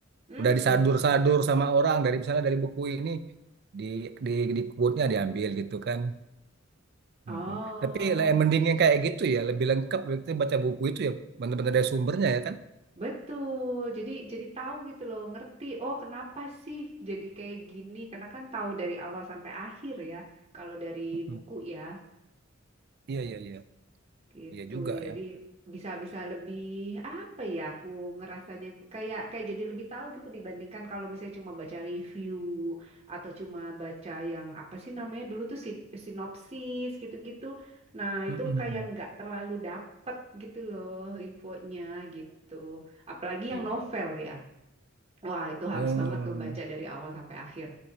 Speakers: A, on the right; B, on the right.
A: mm
B: udah disadur-sadur sama orang dari misalnya dari buku ini di di di quote-nya diambil gitu kan
A: Oh
B: Mm-mm. tapi lah, yang mending yang kayak gitu ya lebih lengkap kita baca buku itu ya benar-benar dari sumbernya ya kan
A: Betul. Jadi jadi tahu gitu loh, ngerti. Oh, kenapa sih jadi kayak gini? Karena kan tahu dari awal sampai akhir ya. Kalau dari
B: Mm-mm.
A: buku ya,
B: iya iya iya
A: gitu.
B: iya juga
A: Jadi
B: ya
A: bisa bisa lebih apa ya? Aku ngerasanya kayak kayak jadi lebih tahu gitu dibandingkan kalau misalnya cuma baca review atau cuma baca yang apa sih namanya dulu tuh sin- sinopsis gitu-gitu. Nah,
B: Mm-mm.
A: itu kayak nggak terlalu dapet gitu loh infonya gitu. Apalagi
B: iya
A: yang novel ya. Wah, itu harus
B: Oh
A: banget tuh baca dari awal sampai akhir